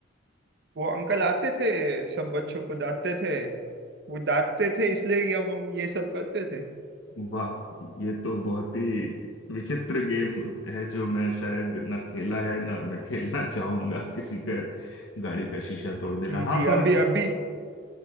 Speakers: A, on the right (about 60°); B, on the left (about 85°).
A: वो अंकल आते थे सब बच्चों को डांटते थे वो डांटते थे इसलिए ही हम हम ये सब करते थे
B: वाह ये तो बहुत ही विचित्र गेम है जो मैं शायद ना खेला है ना मैं खेलना <laughs> चाहूंगा किसी का गाड़ी का शीशा तोड़ देना
A: जी
B: हाँ
A: जी
B: पर
A: अभी अभी